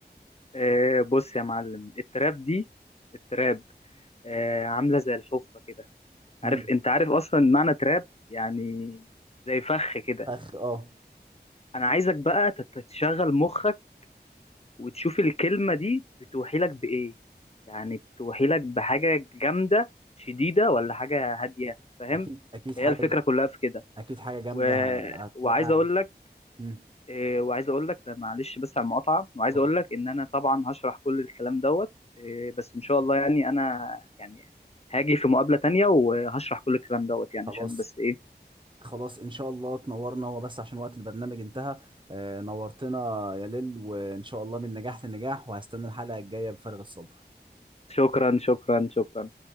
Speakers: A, on the left; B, on the right.
A: آه بص يا معلم التراب دي التراب آه عاملة زي الحفرة كده عارف
B: امم
A: انت عارف اصلا معنى تراب يعني زي فخ كده
B: فخ اه
A: انا عايزك بقى تت- تشغل مخك وتشوف الكلمة دي بتوحي لك بإيه يعني بتوحي لك بحاجة جامدة شديدة ولا حاجة هادية فاهم
B: اكيد اكيد
A: هي
B: حاجه
A: الفكرة كلها في كده
B: اكيد حاجه جامده
A: و...
B: ه-
A: وعايز
B: هتوقع
A: اقول لك
B: امم
A: إيه، وعايز اقول لك معلش بس على المقاطعه وعايز
B: اتفضل
A: اقول لك ان انا طبعا هشرح كل الكلام دوت إيه، بس ان شاء الله يعني انا يعني هاجي في مقابله تانية وهشرح كل الكلام دوت يعني
B: خلاص
A: عشان بس ايه
B: خلاص ان شاء الله تنورنا هو بس عشان وقت البرنامج انتهى آه، نورتنا يا ليل وان شاء الله من نجاح لنجاح وهستنى الحلقة الجاية بفارغ الصبر
A: شكرا شكرا شكرا